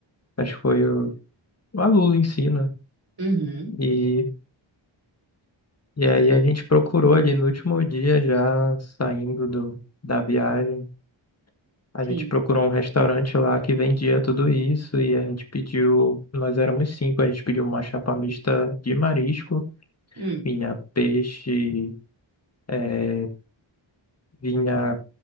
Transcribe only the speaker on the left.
Acho que foi o, a lula em si, né?
E, e aí a gente procurou ali no último dia já saindo do, da viagem. A
gente procurou um restaurante lá que vendia tudo isso e a gente pediu, nós éramos cinco, a gente pediu uma chapa mista de marisco,
vinha peixe, eh, vinha